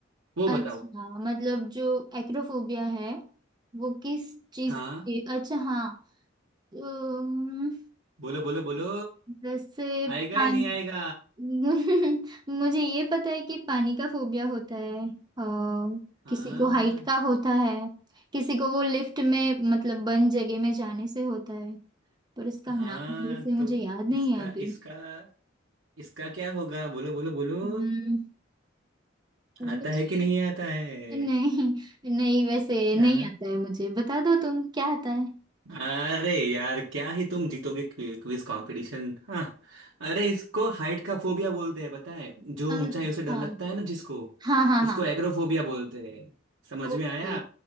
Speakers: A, on the right (about 80°); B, on the right (about 20°).
A: वो बताओ
B: अच्छा मतलब जो एक्रोफोबिया है वो किस चीज
A: हाँ
B: के लिए अच्छा हाँ अम,
A: बोलो बोलो बोलो
B: जैसे
A: आएगा
B: पानी
A: या नहीं आएगा
B: <laughs> मुझे ये पता है कि पानी का फोबिया होता है और
A: हाँ
B: किसी को हाइट का होता है किसी को वो लिफ्ट में मतलब बंद जगह में जाने से होता है पर इसका
A: हाँ
B: नाम वैसे मुझे
A: तो
B: याद नहीं
A: इसका
B: है अभी
A: इसका इसका क्या होगा बोलो बोलो बोलो
B: हम्म, मुझे
A: आता है कि नहीं आता है
B: नहीं नहीं वैसे
A: हाँ?
B: नहीं आता है मुझे बता दो तुम क्या आता है
A: अरे यार क्या ही तुम जीतोगे क्विज कंपटीशन हाँ अरे इसको हाइट का फोबिया बोलते हैं पता है जो
B: अच्छा
A: ऊंचाइयों से डर लगता है ना जिसको
B: हाँ हाँ
A: उसको
B: हाँ
A: एग्रोफोबिया बोलते हैं समझ
B: ओके
A: में आया